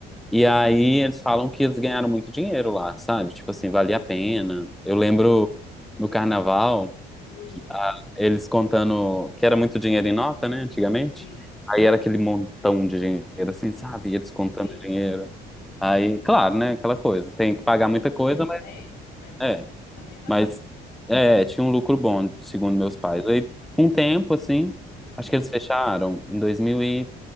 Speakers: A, in the centre; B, on the left.
A: E aí eles falam que eles ganharam muito dinheiro lá, sabe? Tipo assim, valia a pena.
B: sei.
A: Eu lembro no carnaval,
B: Hum,
A: que, ah, eles contando que era muito dinheiro em nota, né, antigamente.
B: sei.
A: Aí era aquele montão de dinheiro, assim, sabe?
B: Nossa,
A: E eles contando
B: sei.
A: dinheiro. Aí, claro, né, aquela coisa, tem que pagar
B: Lombrina,
A: muita coisa, mas
B: é. Mas
A: é.
B: também fazia.
A: Mas é, tinha um lucro bom, segundo
B: Hum,
A: meus pais. Aí, com o tempo, assim,
B: hum.
A: acho que eles fecharam em dois mil e